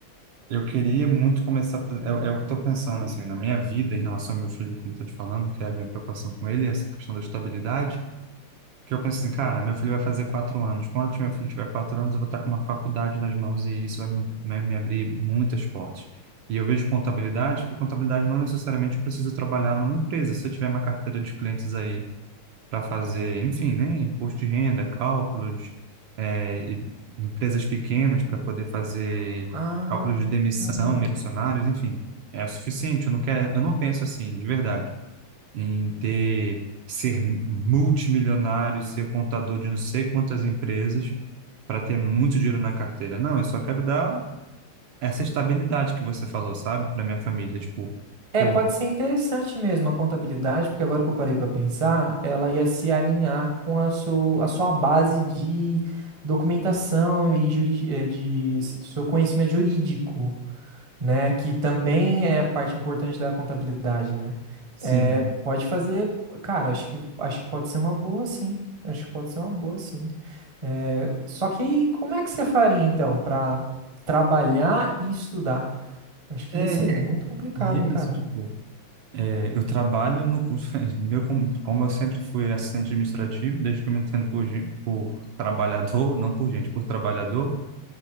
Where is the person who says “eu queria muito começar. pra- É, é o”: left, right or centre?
Right